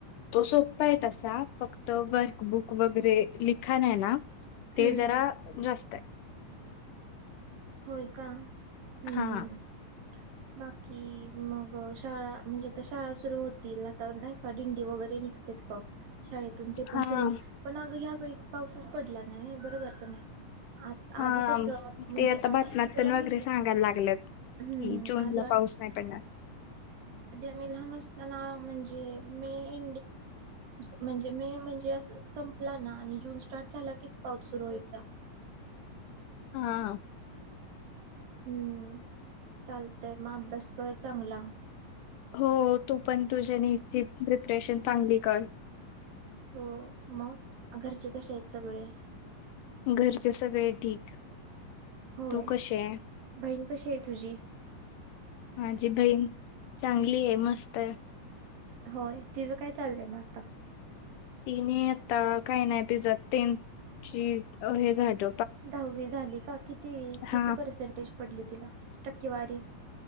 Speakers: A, on the left; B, on the right.
A: तो सोपपा आहे तसा फक्त वर्कबुक वगैरे लिखाण आहे ना
B: हम्म
A: ते जरा जास्त आहे
B: होय का हम्म
A: हा
B: बाकी म शाळा म्हणजे आता शाळा सुरु हो तिला तर नाही का दिंडी वगैरे निघते बघ शाळेतून ते पण
A: हा
B: सुरू होईल पण अग या वेळेस पाऊसच पडला नाही बरोबर पण आहे आ
A: हा
B: आधी कसं म्हणजे
A: ते आता
B: आधी
A: बातम्या
B: तुला
A: पण
B: माहित
A: वगैरे
B: आहे
A: सांगायला लागलेत
B: हम्म
A: कि जून
B: आधी
A: ला पाऊस नाही पडणार
B: आ् लहान अस त्यांना म्हणजे मी म्हण म म्हण स्टार्ट झाला कीच पाऊस सुरू व्हायचा
A: हा
B: हम्म चालतंय मग अभ्यास कर चांगला
A: हो तो पण तुझ्यानीची प्रिपरेशन चांगली कर
B: हो मग घरचे कसे आहेत सगळे
A: घरचे सगळे ठीक
B: होय
A: तू कशी आहे
B: बहीण कशी आहे तुझी
A: माझी बहीण चांगली आहे मस्त आहे
B: होय तिझं काय चाललंय म आता
A: तिने आता काही नाही ति ज त्यांची हे झाड
B: दहावी झाली का किती
A: हा
B: किती पर्सेंटेज पडली तिला टकेवारी